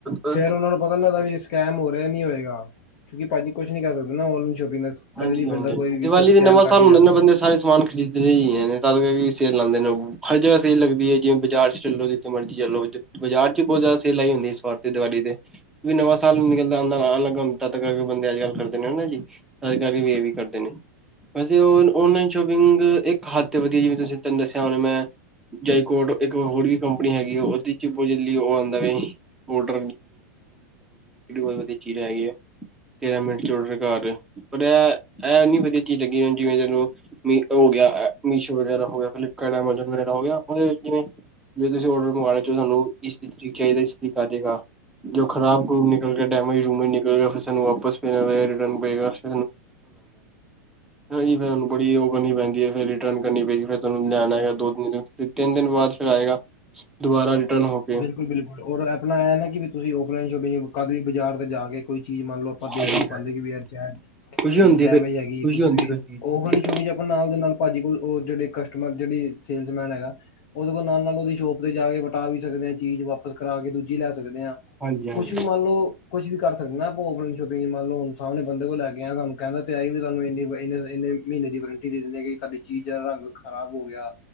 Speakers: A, in the centre; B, on the left.
A: ਹਾਂਜੀ
B: ਫੇਰ ਉਹਨਾਂ ਨੂੰ ਪਤਾ ਨੀ ਲੱਗਦਾ ਸਕੈਮ ਹੋ ਰਿਹਾ ਨੀ ਹੋਏਗਾਉਕਿ ਭਾਜੀ ਕੁਛ ਨੀ ਕਰ ਸਕਦੇ ਨਾ ਔਨਲਾਈਨ ਸ਼ੋਪਿੰਗ ਦਾ ਕਦੇ
A: ਹਾਂਜੀ
B: ਵੀ ਬੰਦਾ
A: ਹਾਂਜੀ ਹਾਂਜੀ
B: ਕੋਈ ਵੀ
A: ਦੀਵਾਲੀ
B: ਸਕੈਮ
A: ਦੇ ਨਵਾਂ
B: ਕਰਕੇ
A: ਸਾਲ ਹੁੰਦਾ
B: ਜਾ
A: ਨੇ
B: ਸਕਦਾ
A: ਬੰਦੇ ਸਾਰੇ ਸਮਾਨ ਖਰੀਦ ਰਹੇ ਹੀ ਹੈ ਤ ਸੇਲ ਲਉਂਦੇ ਨੇ ਉਹ ਹਰ ਜਗ੍ਹਾ ਸਹੀ ਲੱਗਦੀ ਐ ਜਿਵੇ ਬਾਜ਼ਾਰ ਚ ਚੱਲੋ ਜਿੱਥੇ ਮਰਜ਼ੀ ਚੱਲੋ। ਬਾਜ਼ਾਰ ਚ ਬਹੁਤ ਜ਼ਿਆਦਾ ਸੇਲ ਲਾਈ ਹੁੰਦੀ ਇਸ ਵਾਰ ਤੇ ਦੀਵਾਲੀ ਤੇ ਕਿਉਂਕਿ ਨਵਾਂ ਸਾਲ ਨਿਕਲਦਾ ਹੁੰਦਾ ਨਾ <unintelligible> <unintelligible> ਅੱਜ ਕੱਲ੍ਹ ਕਰਦੇ ਨੇ ਨਾ ਜੀ ਅੱਜ ਕੱਲ ਇਹ ਵੀ ਕਰਦੇ ਨੇ ਵੈਸੇ ਔਨਲਾਈਨ ਸ਼ੋਪਿੰਗ ਇੱਕ ਹੱਦ ਤੇ ਵਧੀਆ ਜਿਵੇਂ ਤੁਸੀਂ ਤੈਨੂੰ ਦੱਸਿਆ ਹੁਣ ਮੈਂ ਜੈਕੋਟ ਇੱਕ ਹੋਰ ਵੀ ਕੰਪਨੀ ਹੈਗੀ ਉਹਦੇ ਚ ਲਈ ਉਹ ਆਉਂਦਾ <unintelligible> ਵੀ ਬਹੁਤ ਵਧੀਆ ਚੀਜ਼ ਹੈਗੀ ਐ। ਤੇਰਾ <unintelligible> ਐ ਐ, ਓਨੀ ਵਧੀਆ ਚੀਜ਼ ਲੱਗੀ ਮੈਨੂੰ ਜਿਵੇਂ ਚੱਲੋ ਓ ਹੋ ਗਿਆ ਮੀਸ਼ੋ ਵਗੈਰਾ ਹੋ ਗਿਆ ਫਲਿੱਪਕਾਰਟ <unintelligible> ਜਿਵੇਂ ਤੁਸੀਂ ਆਰਡਰ ਮੰਗਾ ਲਿਆ <unintelligible> ਤੁਹਾਨੂੰ ਇਸ ਤਰੀਕ ਨੂੰ ਚਾਹੀਦਾ ਇਸ ਤਰੀਕ ਨੂੰ ਆਜੇਗਾ। ਜੋ ਖਰਾਬ ਖਰੂਬ ਨਿਕਲ ਗਿਆ ਡੈਮੇਜ ਡੂਮਜ। ਨਿਕਲ ਗਿਆ ਫਿਰ ਸਾਨੂੰ ਵਾਪਸ ਫਿਰ ਰਿਟਰਨ ਪੇਗਾ। <unintelligible> ਹਾਂਜੀ, ਫਿਰ ਉਹਨਾਂ ਨੂੰ ਬੜੀ ਉਹ ਕਰਨੀ ਪੈਂਦੀ ਐ ਫਿਰ ਰਿਟਰਨ ਕਰਨੀ ਪਏਗੀ ਫਿਰ ਤੁਹਾਨੂੰ ਲਿਆਣਾ ਹੈਗਾ ਦੋ ਤਿੰਨ ਦਿਨ <unintelligible> ਬਾਅਦ ਚ ਫਿਰ ਆਏਗਾ ਦੁਬਾਰਾ ਰਿਟਰਨ ਹੋ ਕੇ
B: ਬਿਲਕੁਲ ਬਿਲਕੁਲ ਔਰ ਆਪਣਾ ਐ ਨਾ ਕਿ ਵੀ ਤੁਸੀਂ ਆਫਲਾਈਨ ਸ਼ੋਪਿੰਗ ਕਦ ਵੀ ਬਾਜ਼ਾਰ ਤੇ ਜਾ ਕੇ ਕੋਈ ਚੀਜ਼ ਮੰਨ ਲਓ ਆਪਾਂ ਦੇਖ
A: ਹਾਂਜੀ
B: ਨੀ ਪਾਂਦੇ
A: ਹਾਂਜੀ
B: ਵੀ ਐ ਚ ਐ
A: ਖੁਸ਼ੀ ਹੁੰਦੀ
B: ਡੈਮੇਜ
A: ਹੈ ਖੁਸ਼ੀ
B: ਹੈਗੀ ਕੁਛ
A: ਹੁੰਦੀ
B: ਵੀ
A: ਕੋਈ ਚੀਜ਼
B: ਉਹ ਹੁਣੀ <unintelligible> ਆਪਾਂ ਨਾਲ ਦੇ ਨਾਲ ਭਾਜੀ ਕੋਲ ਜਿਹੜੇ ਕਸਟਮਰ ਜਿਹੜੀ ਸੇਲਸਮੈਨ ਹੈਗਾ ਉਹਦੇ ਕੋਲ ਨਾਲ ਨਾਲ ਉਹਦੀ ਸ਼ੋਪ ਤੇ ਜਾ ਕੇ ਕਰਾ ਵੀ ਸਕਦੇ ਹਾਂ ਚੀਜ਼ ਵਾਪਸ ਕਰਾ ਕੇ ਦੂਜੀ ਲੈਸ ਸਕਦੇ ਹਾਂ
A: ਹਾਂਜੀ ਹਾਂਜੀ
B: ਕੁਛ ਵੀ ਮੰਨ ਲਓ ਕੁਛ ਵੀ ਕਰ ਸਕਦੇ ਆ ਆਪਾਂ ਆਫਲਾਈਨ ਸ਼ੋਪਿੰਗ ਮੰਨ ਲਓ ਸਾਹਮਣੇ ਬੰਦੇ ਕੋਲ ਲੈ ਕੇ ਆਇਆ ਤੁਹਾਨੂੰ ਕਹਿੰਦਾ ਤੇ ਆਏ ਵੀ ਤੁਹਾਨੂੰ ਇੰਨੀ ਇੰਨੇ ਇੰਨੇ ਮਹੀਨੇ ਦੀ ਵਰੰਟੀ ਦੇ ਦਿੰਦੇ ਕਿ ਸਾਡੀ ਚੀਜ਼ ਦਾ ਰੰਗ ਖ਼ਰਾਬ ਹੋ ਗਿਆ